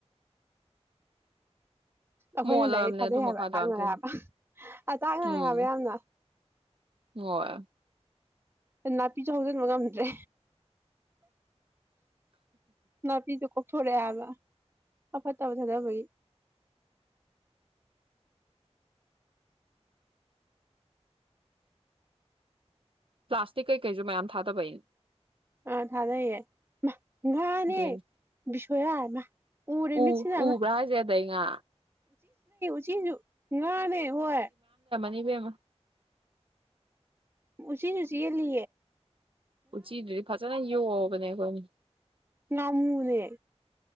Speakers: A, on the right; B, on the right.
A: ꯑꯩꯈꯣꯏꯅ
B: ꯃꯣꯜꯂꯕꯅꯦ
A: ꯂꯗꯥꯏꯔꯤꯛ ꯊꯥꯗꯩ
B: ꯑꯗꯨ
A: ꯍꯥꯏꯕ
B: ꯃꯈꯥꯗꯣ
A: ꯇꯥꯛꯅꯔꯦ
B: ꯌꯥꯝ ꯊꯤꯅ
A: ꯍꯥꯏꯕ ꯑ ꯇꯥꯛꯅꯔꯦ
B: ꯎꯝ
A: ꯍꯥꯏꯕ ꯌꯥꯝꯅ
B: ꯍꯣꯏ
A: ꯅꯥꯄꯤꯁꯨ ꯍꯧꯖꯤꯟꯕ ꯉꯝꯗ꯭ꯔꯦ ꯕꯤꯗꯨ ꯀ ꯊꯣꯔꯛꯑꯦ ꯍꯥꯏꯕꯔꯣ ꯑꯐꯠꯇꯕ ꯊꯥꯗꯕꯒꯤ
B: ꯄ꯭ꯂꯥꯁꯇꯤꯛ ꯀꯩꯀꯩꯁꯨ ꯃꯌꯥꯝ ꯊꯥꯗꯕꯩꯩꯅ
A: ꯑꯥ ꯊꯥꯖꯩꯌꯦ ꯉꯥꯅꯦ
B: ꯑꯗꯨꯏꯅꯦ
A: ꯁꯌꯥ ꯎꯔꯦ
B: ꯎ
A: ꯃꯤꯠ ꯁꯤꯅ
B: ꯎꯕ꯭ꯔꯥ ꯍꯥꯏꯁꯦ ꯑꯗꯩ ꯉꯥ
A: <unintelligible> ꯉꯥꯅꯦ ꯍꯣꯏ
B: ꯂꯩꯕꯃ
A: ꯎ ꯎꯆꯁꯤ ꯌꯦ ꯂꯤ
B: ꯎꯆꯤꯗꯨꯗꯤ ꯐꯖꯅ ꯌꯣꯛꯑꯕꯅꯦ ꯑꯩꯈꯣꯏ
A: ꯅꯃꯨꯅꯦ